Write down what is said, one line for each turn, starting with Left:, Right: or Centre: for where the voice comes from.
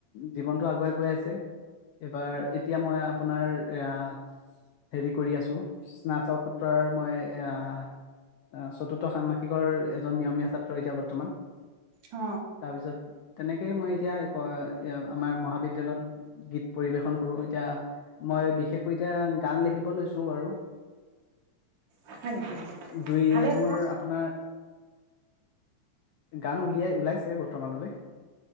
Left: জীৱনটো আগুৱাই গৈ আছে। এইবাৰ এতিয়া মই আপোনাৰ অহ হেৰি কৰি আছোঁ, স্নাতকোত্তৰ মই আহ আহ চতুৰ্থ ষান্মাসিকৰ এজন নিয়মীয়া ছাত্ৰ এতিয়া বৰ্তমান।
Right: অ
Left: তাৰ পিছত তেনেকেই মই এতিয়া ক, য়া, আমাৰ মহাবিদ্যালয়ত গীত পৰিবেশন কৰোঁ এতিয়া। মই বিশেষকৈ এতিয়া গান লিখিব লৈছো বাৰু
Right: অ হয় নেকি
Left: দুই
Right: ভালে
Left: মোৰ
Right: কথা
Left: আপোনাৰ গান উলিয়াই ওলাইছে বৰ্তমানলৈ